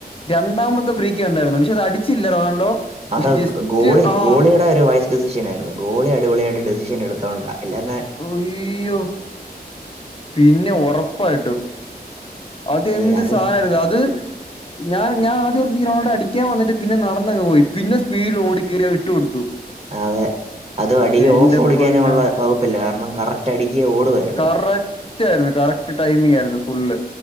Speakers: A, on the left (about 35°); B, on the right (about 40°).
A: രണ്ടാമത്തെ ഫ്രീക്ക് ഉണ്ടായിരുന്നു. പക്ഷെ അത് അടിച്ചില്ല റൊണാൾഡോ. പക്ഷെ
B: അത
A: ജസ്റ്റ്
B: ഗോളി
A: ആ
B: ഗോളിയുടെ ഒരു വൈസ് ഡെസിഷനായിരുന്നു ഗോളി അടിപൊളിയായിട്ട് ഡെസിഷൻ എടുത്തുകണ്ട. ല്ലയിരുന്നേ..
A: അയ്യോ. പിന്നെ ഉറപ്പായിട്ടും. അതെന്ത്
B: ഏയ് അത്
A: സഹരഅത്. ഞാൻ ഞാ ആദ്യ ഒരുറൗണ്ട് അടിക്കാ വന്നട്ട് പിന്നെ നടന്നങ്ങ് പോയി. പിന്നെ സ്പീഡിൽ ഓടിക്കയറിയ വിട്ടു കൊടുത്തു.
B: അതെ അതും അടെ
A: എന്റെ
B: ഓഫ് കളിക്കാനള്ള
A: പൊന്നോ
B: വകുപ്പില്ല. കാരണം കറക്റ്റ് അടക്ക് ഓടുവയിരുന്നു
A: കറക്റ്റ് ആയിരുന്നു. കറക്റ്റ് ടൈമിംഗയിരുന്നു ഫുള്ള്.